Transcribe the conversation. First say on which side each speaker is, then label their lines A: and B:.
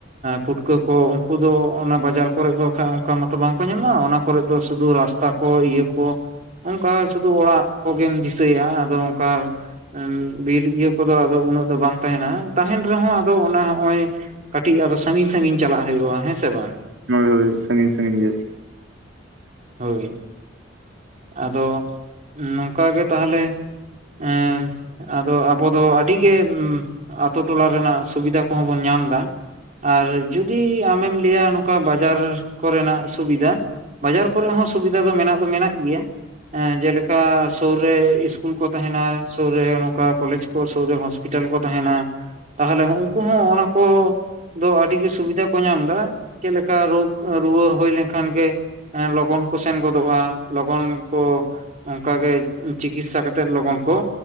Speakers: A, on the right; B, on the right.
A: ᱯᱷᱩᱴᱠᱟᱹ ᱠᱚ ᱩᱱᱠᱩ ᱫᱚ ᱚᱱᱟ ᱵᱟᱡᱟᱨ ᱠᱚᱨᱮᱫ ᱫᱚ ᱵᱟᱠᱷᱟᱡ ᱚᱱᱠᱟ ᱢᱟᱛᱚ ᱵᱟᱝᱠᱚ ᱧᱟᱢᱚᱜᱼᱟ, ᱚᱱᱟ ᱠᱚᱨᱮ ᱫᱚ ᱥᱩᱫᱷᱩ ᱨᱟᱥ ᱛᱟ ᱠᱚ ᱤᱭᱟᱹ ᱠᱚ ᱚᱱᱠᱟ ᱥᱩᱫᱩ ᱚᱲᱟᱜ ᱠᱚᱜᱮᱢ ᱫᱤᱥᱟᱹᱭᱟ ᱟᱫᱚ ᱚᱱᱠᱟ ᱵᱤᱨ ᱤᱭᱟᱹ ᱠᱚᱫᱚ ᱟᱫᱚ ᱩᱱᱟᱹᱜ ᱫᱚ ᱵᱟᱝ ᱛᱟᱦᱮᱱᱟ ᱛᱟᱦᱮᱱ ᱨᱮᱦᱚᱸ ᱟᱫᱚ ᱚᱱᱟ ᱦᱚᱸᱜ-ᱚᱭ ᱠᱟᱹᱴᱤᱡ ᱥᱟᱜᱤᱧ ᱥᱟᱜᱤᱧ ᱪᱟᱞᱟᱜ ᱦᱩᱭᱩᱜᱼᱟ ᱦᱮᱸ ᱥᱮ ᱵᱟᱝ᱾
B: ᱦᱳᱭ ᱦᱳᱭ ᱥᱟᱺᱤᱧ ᱥᱟᱺᱜᱤᱧ ᱜᱮ᱾
A: ᱦᱳᱭ᱾ ᱟᱫᱚ ᱱᱚᱝᱠᱟᱟᱜᱮ ᱛᱟᱦᱚᱞᱮ ᱮᱸ ᱟᱫᱚ ᱟᱵᱚ ᱫᱚ ᱟᱹᱰᱤᱜᱮ ᱟᱛᱳ ᱴᱚᱞᱟ ᱨᱮᱱᱟᱜ ᱥᱩᱵᱤᱫᱷᱟ ᱠᱚᱦᱚᱸ ᱵᱚᱱ ᱧᱟᱢᱫᱟ᱾ ᱟᱨ ᱡᱩᱫᱤ ᱟᱢᱮᱢ ᱞᱟᱹᱭᱟ ᱱᱚᱝᱠᱟ ᱵᱟᱡᱟᱨ ᱠᱚᱨᱮᱱᱟᱜ ᱥᱩᱵᱤᱫᱷᱟ᱾ ᱵᱟᱡᱟᱨ ᱠᱚᱨᱮ ᱦᱚᱸ ᱥᱩᱵᱤᱫᱷᱟ ᱫᱚ ᱢᱮᱱᱟᱜ ᱫᱚ ᱢᱮᱱᱟᱜ ᱜᱮᱭᱟ᱾ ᱮᱸ ᱡᱮᱞᱮᱠᱟ ᱥᱩᱨ ᱨᱮ ᱤᱥᱠᱩᱞ ᱠᱚ ᱛᱟᱦᱮᱱᱟ ᱥᱩᱨ ᱨᱮ ᱱᱚᱝᱠᱟ ᱠᱚᱞᱮᱡᱽ ᱠᱚ ᱥᱩᱨ ᱨᱮ ᱦᱚᱥ ᱯᱤᱴᱟᱞ ᱠᱚ ᱛᱟᱦᱮᱱᱟ, ᱛᱟᱦᱚᱞᱮ ᱦᱚᱸ ᱩᱱᱠᱩ ᱦᱚᱸ ᱚᱱᱟ ᱠᱚ ᱫᱚ ᱟᱹᱰᱤᱜᱮ ᱥᱩᱵᱤᱫᱷᱟ ᱠᱚ ᱧᱟᱢᱫᱟ, ᱪᱮᱫᱞᱮᱠᱟ ᱨᱳᱜᱽ ᱨᱩᱣᱟᱹ ᱦᱩᱭ ᱞᱮᱱᱠᱷᱟᱱ ᱜᱮ ᱦᱮᱸ ᱞᱚᱜᱚᱱ ᱠᱚ ᱥᱮᱱ ᱜᱚᱫᱚᱜᱼᱟ, ᱞᱚᱜᱚᱱ ᱠᱚ ᱚᱱᱠᱟᱜᱮ ᱪᱤᱠᱤᱥᱥᱟ ᱠᱟᱛᱮᱜ ᱞᱚᱜᱚᱱ ᱠᱚ